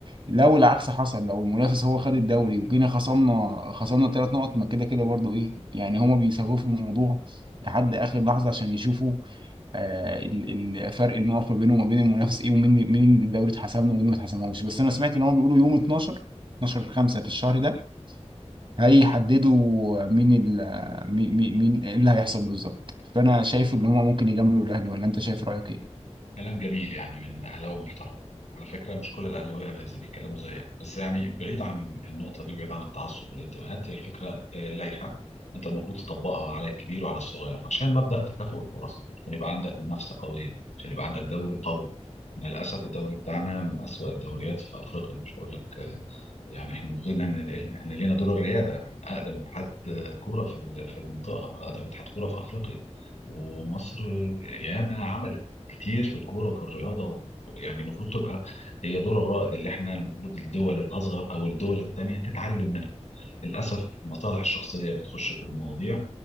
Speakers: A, on the right; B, on the left.
A: لو العكس حصل لو المنافس هو خد الدوري وجينا خصمنا خصمنا ثلاث نقط ما كده كده برضو ايه يعني هما بيسوفوا الموضوع لحد اخر لحظه عشان يشوفوا آه ال- ال- فرق النقط ما بينه وما بين المنافس ايه ومين مين الدوري اتحسم له ومين ما اتحسملوش بس انا سمعت ان هم بيقولوا يوم 12 12 5 في الشهر ده هيحددوا مين ال مين مين مين إيه اللي هيحصل بالظبط فانا شايف ان هما ممكن يجاملوا الاهلي ولا انت شايف رايك ايه
B: كلام جميل يعني من اهلاوي محترم على فكره مش كل الاهلاويه زي بيتكلموا زيك بس يعني بعيد عن النقطه دي وبعيد عن التعصب والانتماءات هي الفكره آه، لايحه انت المفروض تطبقها على الكبير وعلى الصغير عشان مبدا تكافؤ الفرص عشان يبقى عندك منافسه قويه عشان يبقى عندك دوري قوي إحنا للاسف الدوري بتاعنا من اسوأ الدوريات في افريقيا مش هقول لك آه، يعني احنا المفروض ان إن احنا لينا دور الرياده احنا اقدم اتحاد كوره في ال- في المنطقه اقدم اتحاد كوره في افريقيا ومصر ياما عملت كتير في الكوره وفي الرياضه يعني المفروض تبقى هي دور الرائد اللي احنا المفروض الدول الاصغر او الدول التانيه تتعلم منها للاسف المصالح الشخصيه بتخش في المواضيع